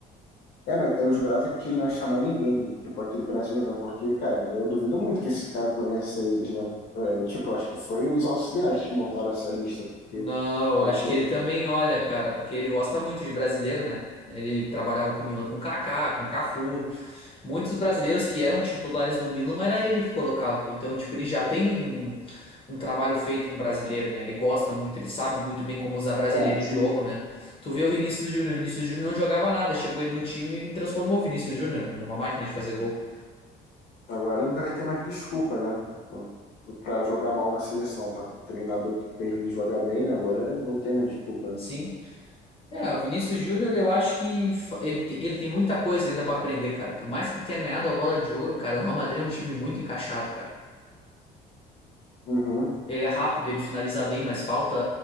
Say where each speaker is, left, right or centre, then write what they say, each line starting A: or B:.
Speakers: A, on the left (about 75°); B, on the left (about 35°).
A: É, mas eu jurava que ele não ia chamar ninguém, tipo, aqui do Brasil, né? Porque, cara, eu duvido muito que esse cara conheça eles, né? É, tipo, acho que foi os auxiliares que montaram essa lista,
B: Não,
A: porque
B: eu
A: eu
B: acho
A: acho que,
B: que ele também olha, cara, porque ele gosta muito de brasileiro, né? Ele trabalhava com o Milan, com Kaká, com Cafu. Muitos brasileiros que eram titulares do Milan era ele que colocava. Então, tipo, ele já tem um, um trabalho feito com brasileiro, né? Ele gosta muito, ele sabe muito bem como usar brasileiro
A: é, assim,
B: em jogo, né? Tu vê o Vinícius Júnior, o Vinícius Júnior não jogava nada, chegou ele no time e transformou o Vinícius Júnior, né, numa máquina de fazer gol.
A: agora não vai ter mais desculpa, né? Pra jogar mal na seleção, tá com o treinador que fez ele jogar bem, né? Agora não tem mais desculpa, né?
B: Sim. É, o Vinícius Júnior, eu acho que fa- ele tem, ele tem muita coisa ainda pra aprender, cara. Por mais que tenha ganhado a bola de ouro, cara, o Real Madrid é um time muito encaixado, cara.
A: Uhum.
B: Ele é rápido, ele finaliza bem, mas falta,